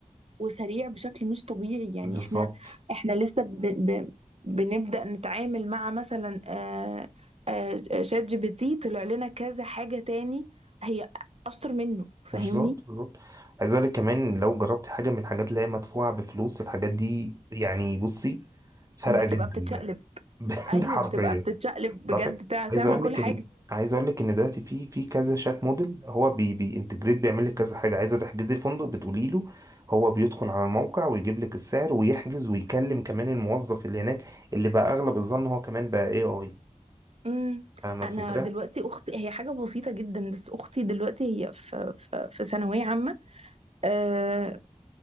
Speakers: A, on the right (about 55°); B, on the right (about 25°).
A: وسريع بشكل مش طبيعي يعني
B: بالظبط
A: احنا احنا لسه ب... ب... بنبدأ نتعامل مع مثلا آه، آه، شات جي بي تي طلع لنا كذا حاجة تاني هي أشطر منه فاهمني
B: بالظبط بالظبط عايز اقول لك كمان لو جربت حاجه من الحاجات اللي هي مدفوعه بفلوس الحاجات دي يعني بصي فارقه
A: بتبقى
B: جدا
A: بتتشقلب
B: بقى <laughs> بجد
A: ايوه
B: حرفيا
A: بتبقى بتتشقلب
B: ده
A: بجد
B: عارفة؟
A: تع- تعمل
B: عايز اقول
A: كل
B: لك
A: حاجة
B: ان عايز اقول لك ان دلوقتي في في كذا شات موديل هو بي بينتجريت بيعمل لك كذا حاجه عايزه تحجزي فندق بتقولي له هو بيدخل على الموقع ويجيب لك السعر ويحجز ويكلم كمان الموظف اللي هناك اللي بقى اغلب الظن هو كمان بقى اي اي
A: امم
B: فاهمه
A: انا
B: الفكره
A: دلوقتي اختي هي حاجه بسيطه جدا بس اختي دلوقتي هي في في في ثانويه عامه آه،